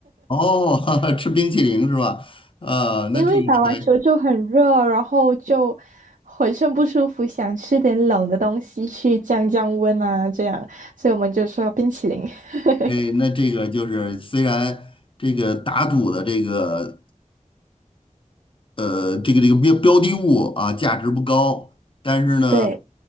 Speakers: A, on the left; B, on the right.
A: 哦，<laughs> 吃冰淇淋是吧？呃，那这个还，
B: 因为打完球就很热，然后就浑身不舒服，想吃点冷的东西去降降温啊，这样，所以我们就说冰淇淋。<laughs>
A: 哎，那这个就是虽然这个打赌的这个呃这个这个标标的物啊价值不高，但是呢。
B: 对，